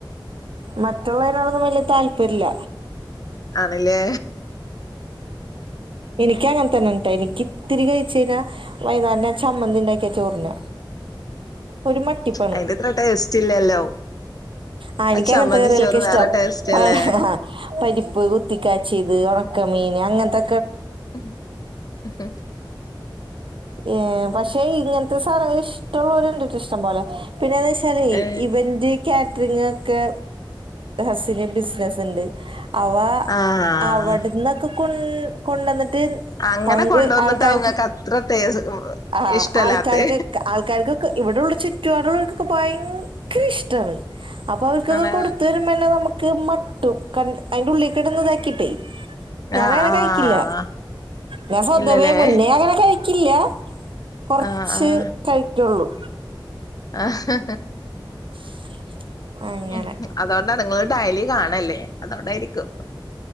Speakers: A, on the right; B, on the left.
A: മറ്റുള്ളതിനതിനോടൊന്നും വലിയ താല്പര്യല്ല
B: ആണല്ലേ
A: നിക്ക് അങ്ങനെ തന്നെട്ടാ നിക്ക് ഇത്തിരി കയിച്ചഞ്ഞാ വൈന്നാരം ചമ്മന്തി ഉണ്ടാക്കിയാ ചോറിന്ന. ഒരു മട്ടിപ്പണു.
B: അയിന്റെ അത്ര ടേസ്റ്റ് ഇല്ലല്ലോ
A: ആ എനിക്ക്
B: ചമ്മന്തി
A: അങ്ങനത്തെ കറികളൊക്കെ
B: ചോറ്
A: ഇഷ്ട്ടാ
B: വേറെ ടേസ്റ്റ്
A: പയ
B: അല്ലേ
A: ആ പരിപ്പ് കുത്തിക്കാച്ചിയത്, ഉണക്കമീൻ അങ്ങനത്തെ
B: ഉം ഉംഹ്
A: ഏ പക്ഷെ ഇങ്ങനത്തെ സാധനങ്ങൾ ഇഷ്ടമുള്ളവരുണ്ടിട്ട് ഇഷ്ടംപോലെ. പിന്നെന്ന് വെച്ചാല
B: ഏ
A: ഇവന്റ് കാ ഇങ്ങക്കെ ഹസിന് ബിസിനസ് ഇണ്ട് അവ
B: ആഹ്
A: അവിടന്നൊക്കെ കൊൺ കൊണ്ടന്നിട്ട്
B: അങ്ങനെ
A: പങ്ക്
B: കൊണ്ടുവന്നിട്ടാ
A: ആൾക്കാർക്ക്
B: ഇങ്ങക്ക് അത്ര ടേസ്
A: ആഹ
B: ഇഷ്ടല്ലാത്തെ
A: ആൾക്കാർക്കൊക്കെ ആൾക്കാർക്കൊക്കെ ഇവിടെള്ള ചുറ്റുപടുക ഭയങ്കര ഇഷ്ട്ടാണ് അപ്പൊ അവർക്ക് ഒക്കെ
B: ആണ്
A: കൊടുത്ത വരുമ്പോന്നെ നമുക്ക് മ ട്ടും ക അതിന്റെറെ ഉള്ളിൽ കിടന്ന് ഇതാക്കിട്ടേ ഞാൻ
B: ആഹ്
A: അങ്ങനെ
B: ആഹ്
A: കഴിക്കില്ല ഞാൻ സ്വന്തവേ
B: ഇല്ലല്ലേ
A: മുന്നേ അങ്ങനെ കഴിക്ക <unintelligible> ഇല്ല കുറച്ച്
B: ആഹ് ആഹ്
A: കഴിക്കുള്ളൂ.
B: ആഹ
A: <unintelligible> അങ്ങനെ
B: ഉമ് അതുകൊണ്ടാ ഇങ്ങള് ഡയലി കാണല്ലേ അതുകൊണ്ടായിരിക്കും